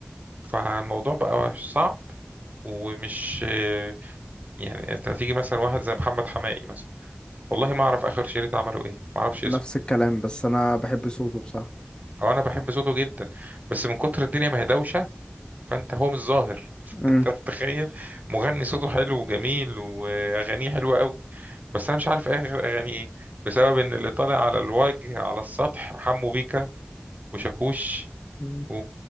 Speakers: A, on the right; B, on the left.
A: فالموضوع بقى صعب ومش آه، يعني انت هتيجي مثلا واحد زي محمد حماقي مثلا والله ما اعرف اخر شريط عمله ايه ما اعرفش اسمه
B: نفس الكلام بس انا بحب صوته بصراحه
A: او انا بحب صوته جدا بس من كتر الدنيا ما هي دوشه فانت هو مش ظاهر
B: مم.
A: طب تخيل مغني صوته حلو وجميل واغانيه حلوه قوي بس انا مش عارف ايه غير اغانيه ايه بسبب ان اللي طالع على الوجه على السطح حمو بيكا وشاكوش
B: مم.
A: و...